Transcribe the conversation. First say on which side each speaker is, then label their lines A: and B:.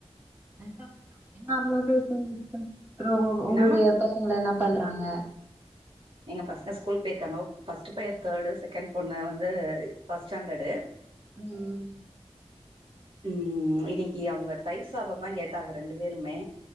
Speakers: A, on the right; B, on the right.
A: <unintelligible> நார்மலா பேசி அப்றோ உங்களுடைய
B: என்னம்மா
A: பையங்கள என்ன பண் பறாங்க
B: எங்க பசங்க ஸ்கூல் போயிருக்காங்க ஃபர்ஸ்ட் பைய தேர்டு செகண்ட் பொண்ணு வந்து இது ஃபஸ்ட் ஸ்டாண்டர்டு
A: ம்
B: உம் இடி ஏ அவுங்க தயிர் சாத தா கேட் ட்டாக ரெண்டு பேருமே